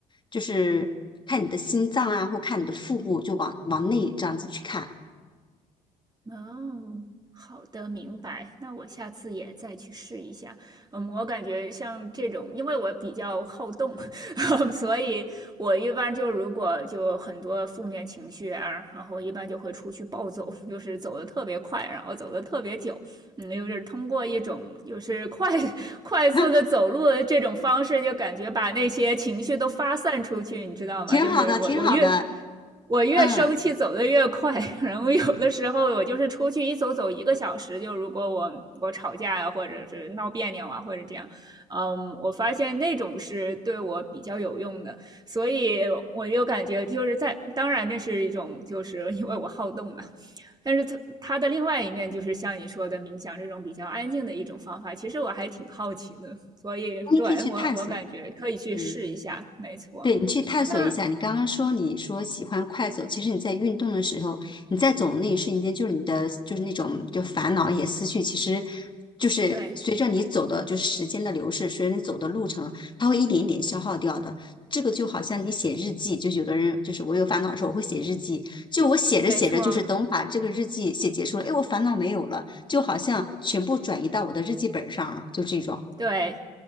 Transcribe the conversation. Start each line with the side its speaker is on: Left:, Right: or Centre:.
Left: 就是看你的心脏啊，或看你的腹部，就往往内这样子去看，
Right: 哦，好的，明白。那我下次也再去试一下。嗯，我感觉像这种，因为我比较好动，<laughs> 所以我一般就如果就很多负面情绪啊，然后一般就会出去暴走，<laughs> 就是走的特别快，然后走的特别久。嗯，就是通过一种就是快 <laughs> 快速的走路的这种方式，
Left: <laughs>
Right: 就感觉把那些情绪都发散出去，你知道吗？
Left: 挺好的，
Right: 就是我我越
Left: 挺好的，
Right: 我越生气走的越快，
Left: 嗯。
Right: 然后有的时候我就是出去一走走一个小时，就如果我我吵架呀、啊或者是闹别扭啊，或者这样，嗯，我发现那种是对我比较有用的，所以我就感觉就是在，当然这是一种就是因为我好动嘛，但是它它的另外一面就是像你说的冥想这种比较安静的一种方法，其实我还挺好奇的，所以对我我感觉可以去试一下，
Left: 你可以去探索，嗯，
Right: 没错，
Left: 对你去探索一下。
Right: 那
Left: 你刚刚说你说喜欢快走，其实你在运动的时候，你在走的那一瞬间，就是你的就是那种就烦恼也思绪，其实就是随着你走的就是时间的流逝，
Right: 对。
Left: 随着你走的路程，它会一点一点消耗掉的。这个就好像你写日记，就有的人就是我有烦恼的时候，我会写日记，就我写着写着，
Right: 没错，
Left: 就是等我把这个日记写结束了，哎，我烦恼没有了，就好像全部转移到我的日记本上了，就这种
Right: 对，